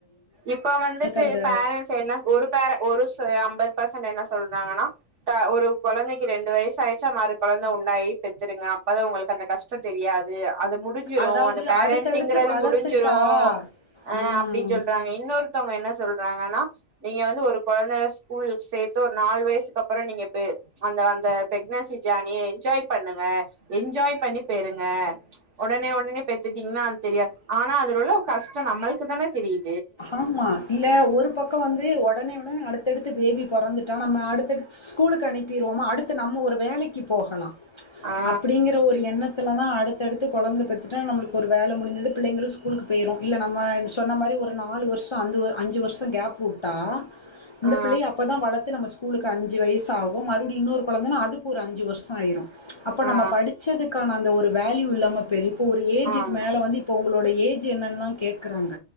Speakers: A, on the right; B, on the left.
A: இப்ப வந்துட்டு
B: அந்த
A: பேரன்ட்ஸ் என்ன ஒரு பேர ஒரு ச அம்பது பெர்சன்ட் என்ன சொல்றாங்கன்னா த ஒரு கொழந்தைக்கி ரெண்டு வயசு ஆயிருச்சா மறு கொழந்தை உண்டாயி பெத்துருங்க அப்பதா உங்களுக்கு அந்த கஷ்டோ தெரியாது அது முடிஞ்சிரு
B: அதாவது
A: அந்த பேரண்டிங்கறது
B: அடுத்தடுத்து வளர்த்துட்டா
A: முடிஞ்சிரு ஆ
B: ம்
A: அப்டின்னு சொல்றாங்க இன்னொருத்தவங்க என்ன சொல் றாங்கன்னா நீங்க வந்து ஒரு கொழந்த ஸ்கூல் சேத்து ஒரு நாலு வயசுக்கு அப்புறோ நீங்க அந்த அந்த பிரெக்னன்சி ஜர்னிய என்ஜாய் பண்ணுங்க என்ஜாய் பண்ணி பெறுங்க உடனே உடனே பெத்துட்டீங்கன்னா அது தெரியா ஆனா அதுல உள்ள கஷ் டோ நம்மளுக்கு தான தெரியு
B: ஆமா இல்ல ஒரு பக்கோ வந்து ஒடனே ஒடனே அடுத்தடுத்து பேபி பொறந்து ட்டோ நம்ம அடுத்தடு ஸ்கூலுக்கு அனுப்பிருவோமோ அடுத்த நம்ம ஒரு வேலைக்கி போகலா
A: ஆ
B: அப்பிடிங்கிற ஒரு எண்ணத் துல நா அடுத்தடுத்து கொழந்த பெத்துட்டா நம்மளுக்கு ஒரு வேல முடிஞ்சுது பிள்ளைங்களு ஸ்கூலுக்கு போயிரு. இல்ல நம்ம சொன்ன மாரி ஒரு நாலு வருஷோ அந்து வ அஞ்சு வர்ஷோ கேப்பு உட்டா இந்த
A: ஆ
B: பிள்ளைய அப்பதா வளத்து நம்ம ஸ் கூலுக்கு அஞ்சு வயசு ஆகு மறுபிடி இன்னொரு கொழந்தைனா அதுக்கு ஒரு அஞ்சு வருஷோ ஆயிரு அப்ப
A: ஆ
B: நம்ம படிச்சதுக்கான அந்த ஒரு வேல்யூ இல்லாம பெரி ப்ப ஒரு ஏஜுக்கு
A: ஆம்
B: மேல வந்து இப்ப உங்களோடய ஏ ச்சி என்னல்லா கேக்குறாங்க